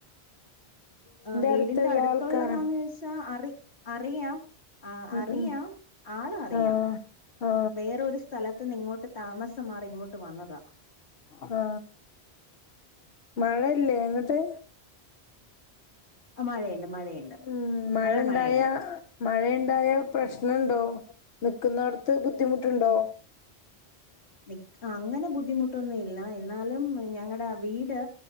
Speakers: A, on the left; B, on the left.
A: ആ വീടിന്റെ
B: അടുത്തുള്ള
A: അടുത്തുള്ളതാന്നോയിച്ചാൽ
B: ആൾക്കാരാ
A: അറി അറിയാം ആ
B: ഉം
A: അറിയാം
B: ഉം
A: ആള അറിയാം
B: ആ ആ
A: വേറോരു സ്ഥല <unintelligible> ഇങ്ങോട്ട് താമസം മാറി ഇങ്ങോട്ട് വന്നതാ
B: ആഹ് മഴല്ലേ അങ്ങട്ട്
A: അ മഴയുണ്ട് മഴയുണ്ട്
B: ഉം മഴ
A: നല്ല
B: ഉണ്ടായ
A: മഴയുണ്ട്
B: മഴ ഇണ്ടായ പ്രശ്നുണ്ടോ നിക്കുന്നടത്ത് ബുദ്ധിമുട്ടുണ്ടോ?
A: നി അങ്ങനെ ബുദ്ധിമുട്ടൊന്നും ഇല്ല എന്നാലും ഞങ്ങടെ വീട്